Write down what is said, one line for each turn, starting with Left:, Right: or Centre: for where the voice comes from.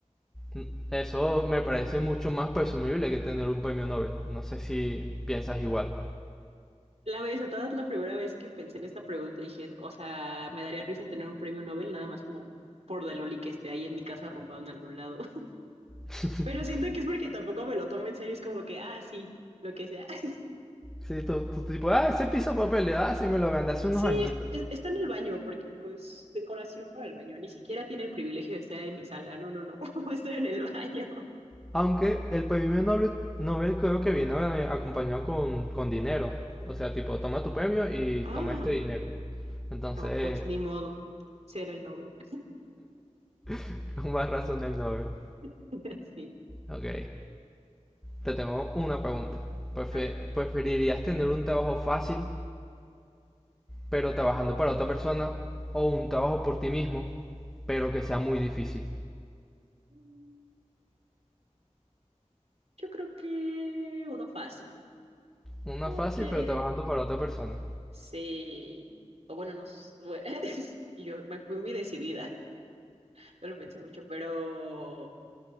Centre: N- Eso me parece mucho más presumible que tener un premio Nobel. No sé si piensas igual.
Right: La verdad, la primera vez que pensé en esta pregunta dije, o sea, me daría risa tener un premio Nobel nada más como por de loli que esté ahí en mi casa arrumbado en algún lado. <laughs>
Centre: <laughs>
Right: Pero siento que es porque tampoco me lo tomo en serio, es como que, ah, sí, lo que sea. <laughs>
Centre: Sí, tú, tú tipo, ah, ese pieza de papel, ah, sí me lo gané hace unos
Right: Sí,
Centre: añitos.
Right: es- es- está en el baño, porque pues decoración para el baño, ni siquiera tiene el privilegio de estar en mi sala, no, no, no, <laughs> va a estar en el baño.
Centre: Aunque el premio Nobel, Nobel creo que viene bueno, eh, acompañado con, con dinero. O sea, tipo, toma tu premio y
Right: Ah,
Centre: toma este dinero. Entonces,
Right: no, pues ni modo. Ser el Nobel.
Centre: <laughs> con más razón el Nobel.
Right: <laughs> Sí.
Centre: Ok, te tengo una pregunta. Prefe-
Right: A ver.
Centre: ¿Preferirías tener un trabajo fácil, pero trabajando para otra persona, o un trabajo por ti mismo, pero que sea muy difícil?
Right: Mm, Yo creo que uno fácil.
Centre: Una
Right: Porque
Centre: fácil, pero trabajando para otra persona.
Right: sí. O bueno, no. s- bue- <laughs> Yo me fui muy decidida. No lo pensé mucho. Pero